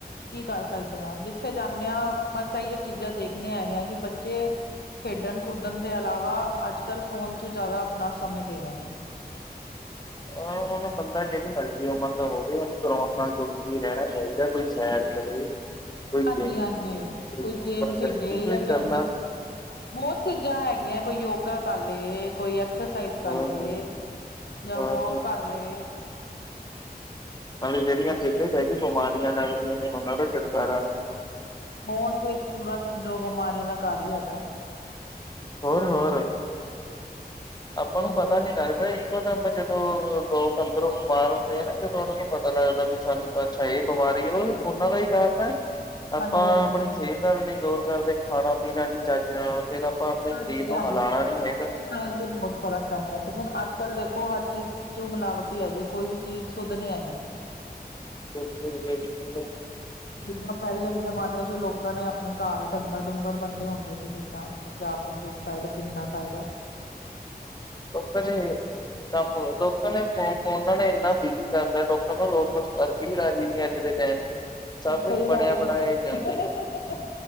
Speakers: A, on the left (about 75°); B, on the left (about 25°).
A: ਕੀ ਕਰ ਸਕਦੇ ਆ। ਜਿੱਥੇ ਜਾਂਨੇ ਆ, ਬਸ ਐਈਓ ਚੀਜ਼ਾਂ ਦੇਖਣੇ ਹੈਗੇ ਆ ਕਿ ਬੱਚੇ ਖੇਡਣ-ਕੁਦਣ ਦੇ ਇਲਾਵਾ। ਅੱਜ-ਕੱਲ੍ਹ ਫ਼ੋਨ 'ਚ ਜ਼ਿਆਦਾ ਆਪਣਾ ਸਮੇਂ ਦੇ ਰਹੇ ਆ।
B: ਆ, ਹੁਣ ਬੰਦਾ ਜਿਹੜੀ ਮਰਜ਼ੀ ਉਮਰ ਦਾ ਹੋਵੇ। ਉਹਨੂੰ ਗਰਾਊਂਡ ਨਾਲ ਜੁੜ ਕੇ ਈ ਰਹਿਣਾਂ ਚਾਹੀਦਾ। ਕੋਈ ਸੈਰ ਕਰੇ ਕੋਈ
A: ਹਾਂਜੀ-ਹਾਂਜੀ।
B: ਗੇਮ ਖੇਡੇ,
A: ਕੋਈ
B: ਯੋਗਾ
A: ਗੇਮ ਖੇਡੇ
B: ਕਰੇ ਕੁਛ
A: ਜਾਂ
B: ਵੀ
A: ਵਿਆਮ
B: ਕਰਨਾ
A: ਜੋ ਬੜੀਆਂ ਚੀਜ਼ਾਂ ਹੈਗੀਆਂ। ਕੋਈ ਯੋਗਾ ਕਰਲੇ। ਕੋਈ ਐਕ ਐਕਸਰਸਾਈਜ਼
B: ਅ
A: ਕਰਲੇ ਜਾਂ
B: ਔਰ
A: ਵੌਕ ਕਰਲੇ।
B: ਭਾਵੇਂ ਜਿਹੜੀਆਂ ਵੇਹਲੇ ਬਹਿ ਕੇ ਬਿਮਾਰੀਆਂ ਲੱਗਦੀਆਂ ਨੇ। ਉਹਨਾਂ ਤੋਂ ਛੁਟਕਾਰਾ ਮਿਲਦਾ।
A: ਫ਼ੋਨ ਤੇ ਇੱਕ ਪੂਰਾ ਸਮਝੋ, ਬਿਮਾਰੀਆਂ ਦਾ ਘਰ ਈ ਹੈਗਾ।
B: ਹੋਰ-ਹੋਰ। ਆਪਾਂ ਨੂੰ
A: ਉਹ
B: ਪਤਾ
A: ਤੇ
B: ਨੀ ਲੱਗਦਾ। ਇੱਕੋ-ਦਮ ਜਦੋਂ ਲੋਕ ਅੰਦਰੋਂ ਬਿਮਾਰ ਹੁੰਦੇ ਆ ਨਾ। ਜਦੋਂ ਉਹਨਾਂ ਨੂੰ ਪਤਾ ਲੱਗਦਾ ਵੀ ਸਾਨੂੰ ਤਾਂ ਅੱਛਾ ਇਹ ਬਿਮਾਰੀ ਆ। ਉਹ ਉਹਨਾ ਦਾ ਈ ਕਾਰਨ ਐ। ਆਪਾਂ
A: ਹਾਂਜੀ ਹਾਂਜੀ
B: ਆਪਣੀ ਸਿਹਤ ਦਾ ਵੀ ਨੀ ਗੌਰ ਕਰਦੇ। ਖਾਣਾ-ਪੀਣਾ ਨੀ ਚੱਜ ਨਾਲ। ਫਿਰ ਆਪਾਂ ਆਪਣੇ
A: ਹਾਂਜੀ
B: ਸਰੀਰ
A: ਹਾਂਜੀ
B: ਨੂੰ ਹਲਾਣਾ
A: ਉਹ
B: ਨੀ ਹੈਗਾ।
A: ਉਹਦੇ ਨਾਲ ਵੀ ਬਹੁਤ ਫ਼ਰਕ ਪੈਂਦਾ ਤੇ ਫਿਰ ਅੱਜ-ਕੱਲ੍ਹ ਦੇਖੋ ਹਰ ਚੀਜ਼ ਜੋ ਮਿਲਾਵਟੀ ਹੀ ਹੈਗੀ ਐ ਕੋਈ ਵੀ ਚੀਜ਼ ਸੁੱਧ ਨਹੀ ਹੈਗੀ ਐ
B: <unintelligible>
A: ਜਿੱਦਾਂ ਨਾ ਪਹਿਲੇ ਦੇ ਜਮਾਨੇ ਚ ਲੋਕਾਂ ਨੇ ਆਪਣੇ ਘਰ ਡੰਗਰ ਡੂੰਗਰ ਬੰਡੇ ਹੁੰਦੇ ਸੀ ਜਿੱਦਾਂ ਆ ਪੰਜਾਬ ਪੰਜੂਬ ਸਾਈਡ ਐ ਪਿੰਡਾਂ ਸਾਈਡ ਐ
B: ਲੋਕਾਂ ਨੇ ਕੰਮ ਲੋਕਾਂ ਨੇ ਫ ਫੋਨਾਂ ਨੇ ਏਨਾ ਬਿਜੀ ਕਰ ਤਾ ਆ ਲੋਕ ਕਦੋ ਲੋਕ ਕੁਛ ਕਰਕੇ ਈ ਰਾਜਜੀ ਨੀ ਅੱਜ ਦੇ ਟਾਈਮ ਤੇ ਸਭ ਕੁਛ
A: ਸਹੀ
B: ਬਣਿਆ
A: ਗੱਲ
B: ਬਣਾਇਆ ਹੀ ਚਾਦੇ
A: ਏ
B: ਨੇ